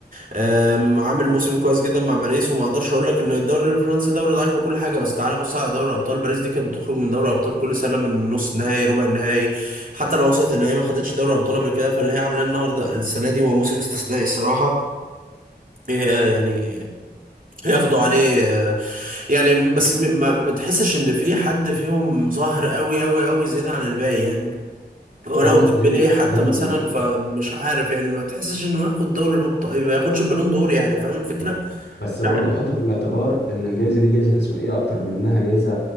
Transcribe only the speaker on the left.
عندك
ديم
ديمبلي
بس برضه
حط في الاعتبار ان الجائزه دي جائزه تسويقيه اكتر من انها جائزه